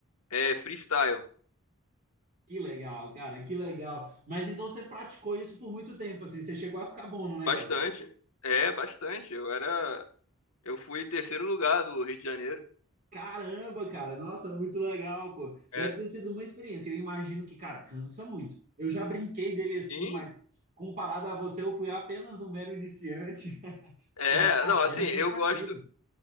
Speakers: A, on the left (about 80°); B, on the right (about 40°).
A: é freestyle.
B: Que legal, cara, que legal. Mas então você praticou isso por muito tempo, assim, você chegou a ficar bom no negócio.
A: Bastante. É, bastante. Eu era. Eu fui terceiro lugar do Rio de Janeiro.
B: Caramba, cara, nossa, muito legal, pô.
A: É.
B: Deve ter sido uma experiência. Eu imagino que, cara, cansa muito. Eu já brinquei dele assim,
A: Sim.
B: mas comparado a você, eu fui apenas um mero iniciante. <laughs>
A: É,
B: Mas, cara,
A: não, assim,
B: era
A: eu
B: cansativo.
A: gosto,